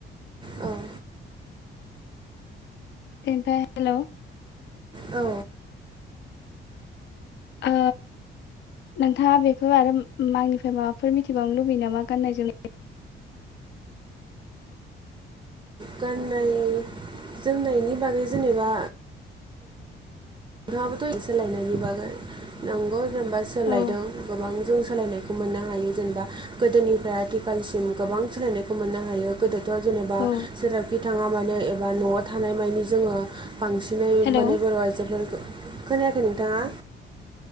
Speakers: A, on the right; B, on the left.
A: औ उम
B: ओमफ्राय हेल'
A: औ
B: ओ नोंथाङा बेफोर आरो आंनिफ्राय माबाफोर मिथिबावनो लुबैयो नामा गाननाय जोमनाय
A: गाननाय जोमनायनि बागै जेनेबा नोंथाङाबोथ' सोलायनायनि बागै नंगौ जेनेबा सोलायदों
B: औ
A: गोबां जों सोलायनायखौ मोननो हायो जेनेबा गोदोनिफ्राय आथिखालसिम गोबां सोलायनायखौ मोननो हायो। गोदोथ' जेनेबा
B: औ
A: जेरावखि थाङा मानो एबा न'आव थानाय मानि जोङो बांसिनै
B: हेलौ
A: माने बर' आइजोफोर खोनायाखै नोंथाङा?